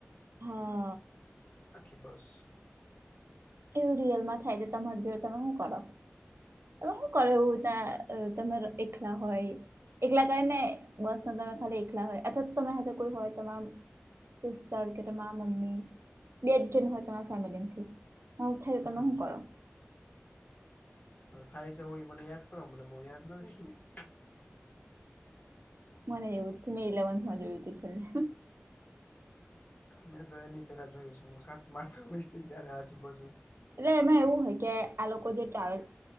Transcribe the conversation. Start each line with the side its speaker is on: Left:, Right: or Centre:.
Right: હા.
Left: આખી બસ.
Right: એવું રિયલમાં થાય છે તમાર જોડે તમે શું કરો? શું કરે એવુ ત્યાં તમે એકલા હોય. એકલા કરી ને બસ તમે ખાલી એકલા હોય અથવા તો તમે હ કોઈ હોય તમાર સિસ્ટર કે તમારા મમ્મી બે જ જન હોય તમારા ફેમિલી માંથી. આવું થયું
Left: હમ
Right: તમે શું કરો?
Left: થાય છે હું મને યાદ કરો મને બહુ યાદ નથી.
Right: મને એવુ જ છે મે ઇલેવનથમાં જોયુતુ છેલ્લે.
Left: મેં તો એની પેલા જોયું હશે હું સાત મા આઠમા હોઈશ ને ત્યારે આજુબાજુ.
Right: એટલે એમાં એવું હોય કે આ લોકો જે ટ્રાવેલ